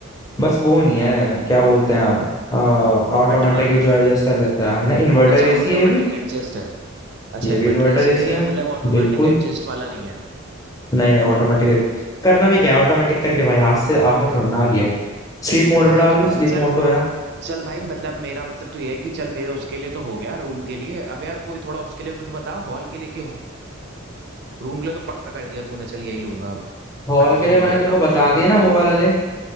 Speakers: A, on the left; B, on the right.
A: बस वो नहीं है क्या बोलते हैं हम
B: इन्वर्टर
A: ऑटोमेटिक
B: वाला
A: जो एडजस्ट कर लगता है ना इन्वर्टर
B: अच्छा
A: एसी
B: ऑटोमेटिक
A: है ये भी
B: एडजस्ट है अच्छा
A: ये
B: इन्वर्टर
A: भी इन्वर्टर
B: एसी
A: एसी
B: है
A: है
B: मतलब ऑटोमेटिक
A: बिल्कुल
B: एडजस्ट वाला नहीं है
A: नहीं नहीं ऑटोमेटिक करना भी क्या है ऑटोमेटिक करके भाई हाथ से आफत थोड़ी ना आ रही है स्लीप मोड
B: वही
A: पे डाल
B: तो भाई
A: दो स्लीप
B: चल
A: मोड तो है
B: चल भाई मतलब मेरा मतलब तो ये है कि चल मेरे उसके लिए तो हो गया रूम के लिए अब यार कोई थोड़ा उसके लिए भी तो बता हॉल के लिए कि रूम के लिए तो पक्का कर दिया तूने चल यही लूंगा अब
A: हॉल
B: कंफर्म
A: के लिए मैंने
B: हो गया
A: तेरे को
B: अब
A: बता
B: मुझे
A: दिया
B: हॉल
A: ना
B: के
A: वो
B: लिए कुछ
A: वाला
B: बता
A: ले